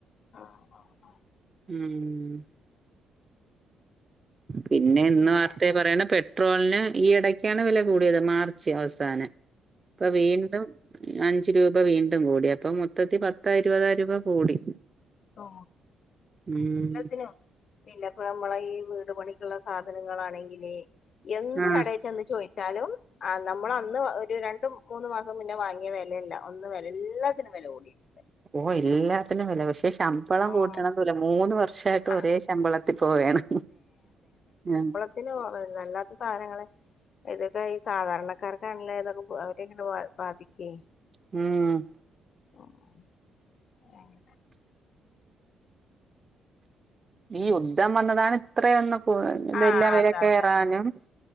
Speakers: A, on the left; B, on the right.
A: ആഹ ആഹ് ആഹ
B: ഉം പിന്നെ ഇന്ന്
A: പിന്നെ
B: വാർത്ത പറയണ പെ ട്രോളിന് ഈ ഇടക്കാണ് വില കൂടിയത് മാർച്ച് അവസാനം ഇപ്പൊ വീണ്ടും അഞ്ചു രൂപ വീണ്ടും കൂടി അപ്പൊ മൊത്തത്തി പത്ത ഇരുപതായിരംരൂപ കൂടി
A: ഓ
B: ഉം
A: എല്ലാത്തിനും പിന്നെപ്പ നമ്മള ഈ വീട് പണിക്കുള്ള സാധനങ്ങളാണെങ്കില് എന്ത്
B: ആഹ്
A: കടയി ചെന്ന് ചോയി വാലും നമ്മള അന്ന് ഒരു രണ്ട മൂന്ന മാസം മുന്നേ വാങ്ങിയ വെലല്ല ഒന്ന് വില എല്ലാത്തിനും വെല കൂടിക്ക്ണ്
B: ഓ എല്ലാത്തിനും വെല പക്ഷേ ശാം ശമ്പളം
A: ആഹ്
B: കൂട്ടണംന്നല മൂന്ന് വർഷമായിയിട്ട്
A: ആഹ്
B: ഒരേ ശമ്പളത്തിൽ പോവയാണ് ഉ
A: ത്തിനോ വല്ലാത്ത സാധനങ്ങളെ ഇതൊക്കെ ഈ സാധാരണക്കാർക്കാണല്ലെ ഇതൊക്കെ അവരെയിങ്ങനെ ബാധിക്കേ
B: ഉം
A: <inaudible>
B: ഈ യുദ്ധം വന്നതാണ് ഇത്രയൊന്നും ഇതെല്ലാം
A: ആഹ്
B: വെല
A: അതെ
B: കേറാനും
A: അതെ